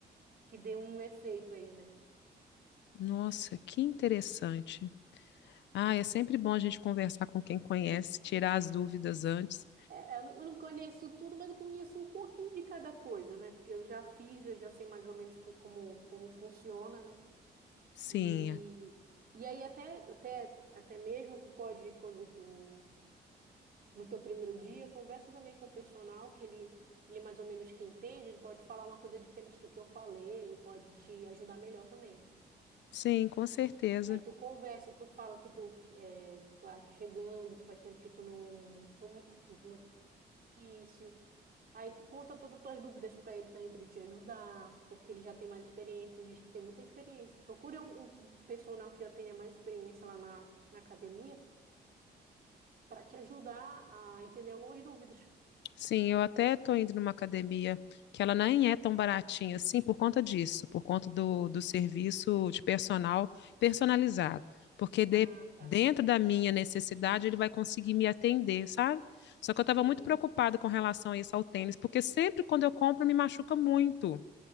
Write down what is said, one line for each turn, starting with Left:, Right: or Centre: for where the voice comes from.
Right: que dê um efeito aí, né?
Left: Nossa, que interessante. Ah, é sempre bom a gente conversar com quem conhece, tirar as dúvidas antes.
Right: É, eu não eu não conheço tudo, mas eu conheço um pouquinho de cada coisa, né? Porque eu já fiz, eu já sei mais ou menos co- como, como funciona, né?
Left: Sim,
Right: E, e aí até, até, até mesmo tu pode, quando tu, no teu primeiro dia, conversa também com o personal, que ele, ele mais ou menos que entende, ele pode falar uma coisa diferente do que eu falei e pode te ajudar melhor também.
Left: sim, com certeza.
Right: Aí tu conversa e tu fala que tu é, que tá chegando, que faz tempo que tu não, tu, não- que tu não início. Aí tu conta todas as tuas dúvidas para ele também, para ele te ajudar, porque ele já tem mais experiência, tem gente que tem muita experiência. Procure um, um um personal que já tenha mais experiência lá na, na academia para te ajudar a entender algumas dúvidas.
Left: Sim, eu até estou indo numa academia que ela nem é tão baratinha assim por conta disso, por conta do, do serviço de personal personalizado. Porque de-
Right: Ah, tá.
Left: dentro da minha necessidade ele vai conseguir me atender, sabe? Só que eu estava
Right: Uhum.
Left: muito preocupada com relação a isso ao tênis, porque sempre quando eu compro me machuca muito.